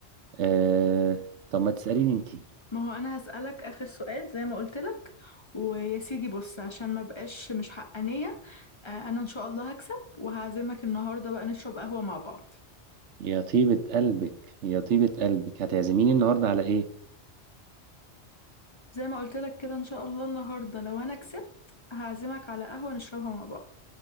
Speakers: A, on the right; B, on the left.
A: آه طب ما تسأليني انتي
B: ما هو انا هسألك اخر سؤال زي ما قلت لك ويا سيدي بص عشان ما بقاش مش حقانية آه، انا ان شاء الله هكسب وهعزمك النهاردة بقى نشرب قهوة مع بعض
A: يا طيبة قلبك يا طيبة قلبك هتعزميني النهاردة على ايه
B: زي ما قلت لك كده ان شاء الله النهاردة لو انا كسبت هعزمك على قهوة نشربها مع بعض